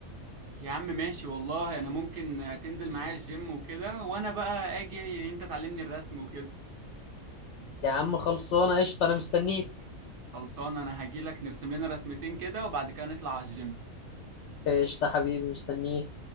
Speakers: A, on the right; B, on the left.
A: يا عم ماشي والله انا ممكن آه، تنزل معايا الجيم وكده وانا بقى اجي انت تعلمني الرسم وكده
B: يا عم خلصانة قشطة أنا مستنيك
A: خلصان انا هجيلك نرسم لنا رسمتين كده وبعد كده نطلع على الجيم
B: قشطة حبيبي مستنيك